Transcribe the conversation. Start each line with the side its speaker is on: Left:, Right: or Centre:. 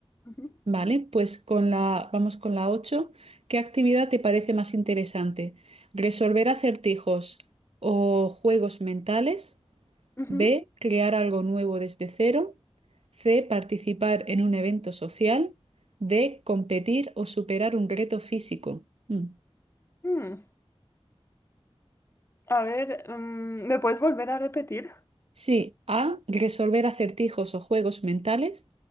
Left: Ujú,
Right: Vale, pues con la, vamos con la ocho ¿Qué actividad te parece más interesante? ¿Resolver acertijos o juegos mentales?
Left: ujú.
Right: B, crear algo nuevo desde cero. C, participar en un evento social. D, competir o superar un reto físico. Mm.
Left: Mm. A ver, mm, ¿me puedes volver a repetir?
Right: Sí, A, resolver acertijos o juegos mentales.